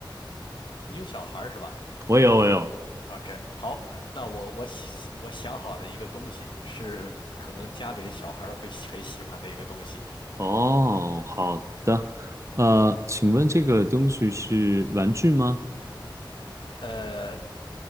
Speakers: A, on the left; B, on the right.
A: 你有小孩儿是吧？
B: 我有我有。
A: OK，好，那我我想我想好了一个东西，是可能家里的小孩儿会喜很喜欢的一个东西，
B: 哦，好的。呃，请问这个东西是玩具吗？
A: 呃，